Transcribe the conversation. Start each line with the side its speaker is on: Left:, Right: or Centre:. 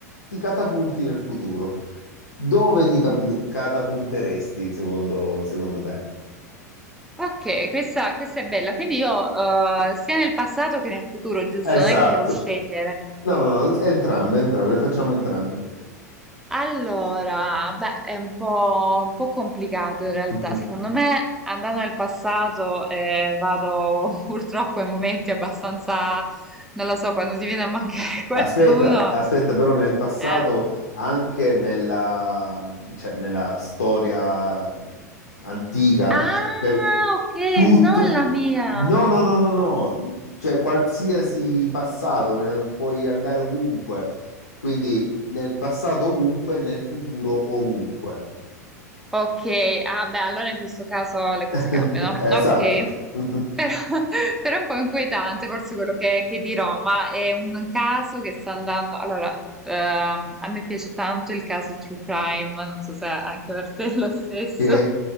Left: ti catapulti nel futuro. Dove ti capu- catapulteresti secondo, secondo te?
Centre: Ok, questa, questa è bella. Quindi io, eh, sia nel passato che nel futuro, giusto?
Left: Esatto.
Centre: Non è che devo scegliere.
Left: No, no, no, entrambe, entrambe, le facciamo entrambe.
Centre: Allora, beh, è un po', un po' complicato
Left: <laughs>
Centre: in realtà. Secondo me, andando nel passato, eh, vado <laughs> purtroppo ai momenti abbastanza, non lo so, quando ti viene a mancare <laughs> qualcuno.
Left: Aspetta, aspetta, però nel passato,
Centre: eh.
Left: anche nella, cioè, nella storia antica,
Centre: Ah,
Left: cioè,
Centre: ok,
Left: tutto...
Centre: non la mia.
Left: No, no, no, no, no, cioè qualsiasi passato, eh, puoi andare ovunque, quindi nel passato ovunque, nel futuro ovunque.
Centre: Ok, ah beh, allora in questo caso le cose
Left: <laughs>
Centre: cambiano.
Left: Esatto.
Centre: Ok,
Left: <laughs>
Centre: però, <laughs> però è un po' inquietante forse quello che, che dirò, ma è un caso che sta andando... Allora, ehm, a me piace tanto il caso True Crime, non so se anche per te è lo stesso.
Left: Ok,